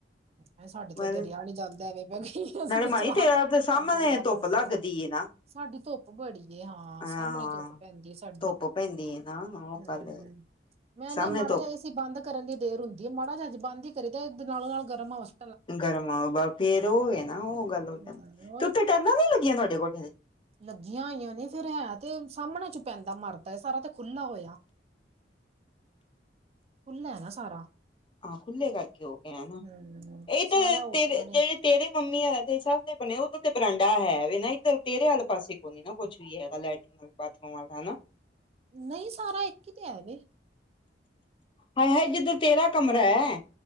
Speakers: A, on the right; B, on the left.
A: ਹਾਏ, ਸਾਡੇ
B: ਮੈਂ
A: ਤੋਂ ਤਾਂ ਰਿਆ ਨੀ ਜਾਂਦਾ ਐਵੇਂ ਪਏ ਕਹੀਏ। ਅਹ ਸਮੁਚ
B: ਨਾਲੇ ਮਣੀ
A: ਰਹਾ,
B: ਤੇਰਾ ਤੇ ਸਾਹਮਣੇ
A: ਛੱਡ ਕੇ ਰਾਹ
B: ਧੁੱਪ
A: ਫੜ ਲਿਆ।
B: ਲੱਗਦੀ
A: <unintelligible>
B: ਏ ਨਾ
A: ਸਾਡੀ ਧੁੱਪ ਬੜੀ ਏ ਹਾਂ,
B: ਹਾਂ
A: ਸਾਮਣੇ ਧੁੱਪ ਪੈਂਦੀ ਏ ਸਾਡੀੇ,
B: ਧੁੱਪ ਪੈਂਦੀ ਏ ਨਾ ਉਹ
A: ਹੂੰ।
B: ਗੱਲ ਹੈ
A: ਮੈਂ ਨੀ,
B: ਸਾਹਮਣੇ
A: ਮਾੜਾ
B: ਧੁੱਪ
A: ਜੇ ਏ, ਸੀ ਬੰਦ ਕਰਨ ਦੀ ਦੇਰ ਹੁੰਦੀ ਏ, ਮਾੜਾ ਜੇਆ ਜੇ ਬੰਦ ਈ ਕਰੀਦੈ, 'ਤੇ ਨਾਲੋਂ -ਨਾਲ ਗਰਮ ਹਵਸ।
B: ਗਰਮ ਹਵਾ, ਫੇਰ ਓ ਏ ਨਾ ਉਹ ਗੱਲ,
A: ਹੂੰ
B: 'ਤੇ ਉੱਤੇ ਟੈਲਾਂ ਨੀ ਲੱਗੀਆਂ ਤੁਹਾਡੇ ਕੋਠੇ ਤੇ?
A: ਲੱਜੀਆਂ ਹੋਈਆ ਨੇ, ਫੇਰ ਹੈ ਤੇ ਸਾਮਣੇ 'ਚ ਪੈਂਦਾ ਮਰ। ਐਹ ਸਾਰਾ ਤੇ ਖੁੱਲ੍ਹਾ ਹੋਇਆ, ਖੁੱਲਾ ਹੈ ਨਾ। ਸਾਰਾ
B: ਹਾਂ ਖੁੱਲੇ ਕਰਕੇ ਹੋ ਗਿਆ ਨਾ,
A: ਹੂੰ
B: ਇਹ ਤਾਂ
A: ਸਾਰਾ ਓਪਨ
B: ਤੇਰੇ
A: ਏ।
B: ਜੇੜੇ ਤੇਰੀ ਮੰਮੀ ਆਲਾ ਦੇ ਹਿਸਾਬ ਦੇ ਬਨਿਆ ਓਦੋਂ। 'ਤੇ ਬ੍ਰਾਂਡਾ ਹੈ ਵੇ ਨਾ ਇੱਧਰ? ਤੇਰੇ ਆਲੇ- ਪਾਸੇ ਕੋਈ ਨਾ ਕੁੱਛ ਵੀ ਹੈਗਾ, ਲੈਟ ਬਾਥਰੂਮ ਵਲ ਹੈਨਾ?
A: ਨਈ, ਸਾਰਾ ਇੱਕ ਈ 'ਤੇ ਹੈ ਵੇ।
B: ਹਾਏ-ਹਾਏ, ਜਿਦੱਰ ਤੇਰਾ ਕਮਰਾ ਹੈ।